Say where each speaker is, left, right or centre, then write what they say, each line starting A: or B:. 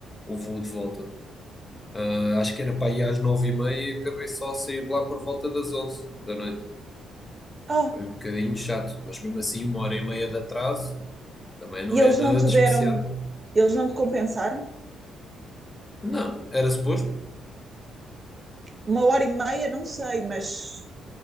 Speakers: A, on the left; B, on the right.
A: o voo de volta. Ah, acho que era para ir às nove e meia e acabei só a sair de lá por volta das onze da noite.
B: Ah,
A: Foi um bocadinho chato, mas mesmo assim, uma hora e meia de atraso. Também não
B: e eles
A: é nada
B: não te
A: de
B: deram,
A: especial.
B: eles não te compensaram?
A: Não, era suposto.
B: Uma hora e meia, não sei, mas